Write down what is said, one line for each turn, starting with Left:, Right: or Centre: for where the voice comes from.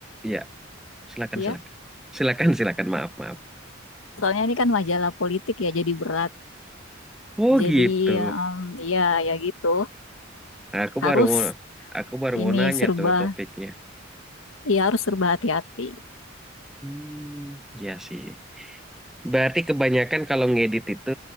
Centre: ya silakan
Left: ya,
Centre: silakan, silakan silakan maaf maaf.
Left: soalnya ini kan majalah politik ya, jadi berat.
Centre: Oh
Left: Jadi
Centre: gitu.
Left: em, ya ya gitu,
Centre: Aku
Left: harus
Centre: baru mau, aku baru
Left: ini
Centre: mau nanya
Left: serba,
Centre: tuh topiknya.
Left: ya harus serba hati-hati.
Centre: Hmm, ya sih. Berarti kebanyakan kalau ngedit itu